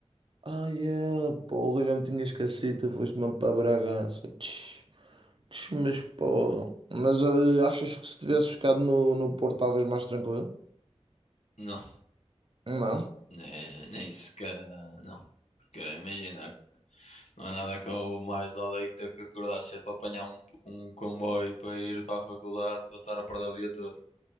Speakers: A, on the right; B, on the left.
A: Ai, é, porra, já me tinha esquecido, tu foste-me para Bragança. Tch. Mas porra. Mas eh, achas que se tivesse ficado no, no Porto estavas mais tranquilo?
B: Não,
A: Não?
B: nem, nem sequer, ah, não. Porque imagina, não há nada que eu mais odeio que ter que acordar cedo para apanhar um, um comboio para ir para a faculdade, para estar a perder o dia todo.